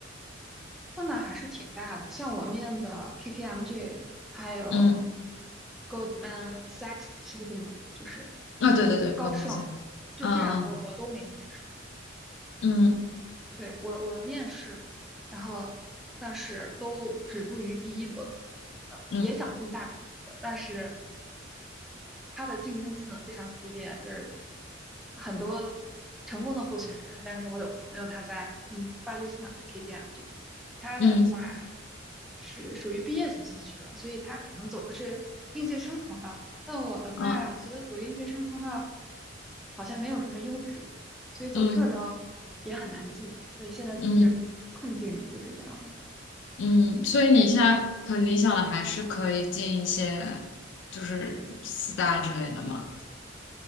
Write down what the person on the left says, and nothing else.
嗯，
啊、对对对，
高分线，
嗯嗯
嗯
嗯
嗯
嗯
嗯嗯，嗯所以你现在很理想的还是可以进一些就是四大之类的嘛，